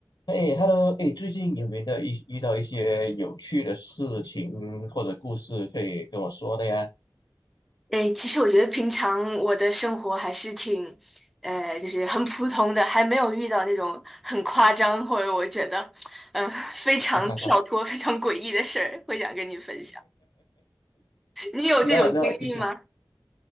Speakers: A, on the left; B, in the centre.
A: 哎，Hello，哎，最近有没有一遇到一些有趣的事情或者故事可以跟我说的呀？
B: 诶，其实我觉得平常我的生活还是挺，呃，就是很普通的，还没有遇到那种很夸张或者我觉得，嗯、非常跳脱、
A: 哈哈哈，
B: 非常诡异的事儿，会想跟你分享。你有这种经历吗？
A: 那那其实，